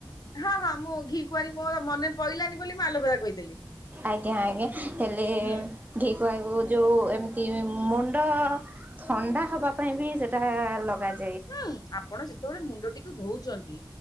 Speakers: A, on the left; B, on the right.
A: ହଁ ହଁ ମୁଁ ଘି କୁଆଁରୀ ମୋର ମନେ ପଇଲାଣି ବୋଲି ମୁଁ ଆଲୋବେରା କହିଦେଲି
B: ଆଜ୍ଞା ଆଜ୍ଞା ହେଲେ
A: ହୁଁ
B: ଘିଁ କୁ ଆ ଯେଉଁ ଏମିତି ମୁଣ୍ଡ ଥଣ୍ଡା ହେବା ପାଇଁ ବି ସେଇଟା ଲଗାଯାଏ।
A: ହୁଁ ଆପଣ ଯେତେ ଯେତେବେଳେ ମୁଣ୍ଡଟିକୁ ଧଉଛନ୍ତି।